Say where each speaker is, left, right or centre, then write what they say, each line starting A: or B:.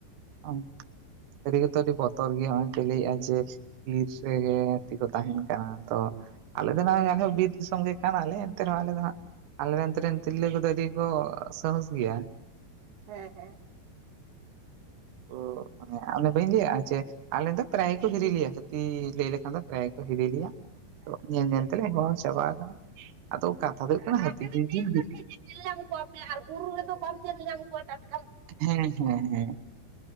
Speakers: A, on the right; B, on the right.
A: ᱚ ᱥᱟᱹᱨᱤ ᱜᱮᱛᱚ ᱟᱹᱰᱤ ᱵᱚᱛᱚᱨ ᱜᱮ ᱱᱚᱜᱚᱭ ᱠᱚ ᱞᱟᱹᱭᱮᱜᱼᱟ ᱡᱮ ᱵᱤᱨ ᱨᱮᱜᱮ ᱜᱟᱛᱮ ᱠᱚ ᱛᱟᱦᱮᱱ ᱠᱟᱱᱟ ᱛᱚ᱾ ᱟᱞᱮ ᱫᱚ ᱱᱟᱞᱮ ᱵᱤᱨ ᱫᱤᱥᱚᱢ ᱜᱮ ᱠᱟᱱᱟᱞᱮ ᱮᱱᱛᱮ ᱨᱮᱦᱚᱸ ᱟᱞᱮ ᱫᱚ ᱦᱟᱸᱜ ᱟᱞᱮ ᱱᱚᱛᱮ ᱨᱮᱱ ᱛᱤᱨᱞᱟᱹ ᱠᱚᱫᱚ ᱟᱹᱰᱤ ᱠᱚ ᱥᱟᱦᱚᱥ ᱜᱮᱭᱟ᱾
B: ᱦᱮᱸ ᱦᱮᱸ
A: ᱚ ᱚᱱᱮ ᱫᱚ ᱵᱟᱹᱧ ᱞᱟᱹᱭᱟ ᱡᱮ ᱯᱨᱟᱭ ᱜᱮᱠᱚ ᱦᱤᱨᱤᱤᱞᱭᱟ ᱠᱷᱛᱤᱤ ᱞᱟᱹᱭ ᱞᱮᱠᱷᱟᱱ ᱫᱚ ᱯᱨᱟᱭ ᱜᱮᱠᱚ ᱦᱤᱨᱤ ᱞᱮᱭᱟ᱾
B: ᱦᱮᱸ
A: ᱧᱮᱞ ᱧᱮᱞ ᱛᱟᱞᱮ ᱦᱮᱣᱟ ᱪᱟᱵᱟᱣ ᱟᱠᱟᱱᱟ᱾ ᱟᱫᱚ ᱠᱟᱛᱷᱟ ᱫᱚ ᱦᱩᱭᱩᱜ ᱠᱟᱱᱟ
B: ᱟᱫᱚ
A: ᱦᱟᱹᱛᱤ
B: ᱟᱯᱮ
A: ᱦᱮᱸ
B: ᱫᱚ ᱰᱤᱨ ᱴᱷᱤᱠ ᱧᱮᱞ ᱧᱟᱢ ᱠᱚᱣᱟᱯᱮ ᱟᱨ ᱵᱩᱨᱩ ᱨᱮᱫᱚ ᱵᱟᱢ ᱧᱮᱞ ᱧᱟᱢ ᱠᱚᱣᱟ ᱴᱟᱴᱠᱟ᱾
A: ᱦᱮᱸ ᱦᱮᱸ ᱦᱮᱸ